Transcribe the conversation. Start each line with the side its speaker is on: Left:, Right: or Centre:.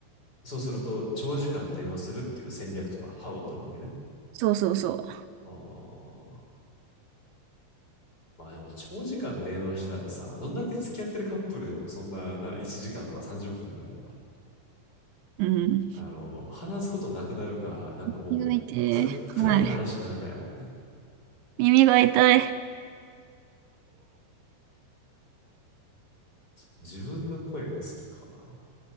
Left: そうすると、長時間電話するっていう戦略とか、歯を取るわけね。
Right: そうそうそ
Left: ああ。まあでも、長時間電話してたらさ、どんだけ付き合ってるカップルでも、そんな、な、1時間とか30分とかやんか。
Right: う。うん。
Left: あの、話すことなくなるか、なんかもう、
Right: 耳が痛い。
Left: 暗暗い話になるかやもんね。
Right: はい。耳が痛い。
Left: 自分の声が好きか。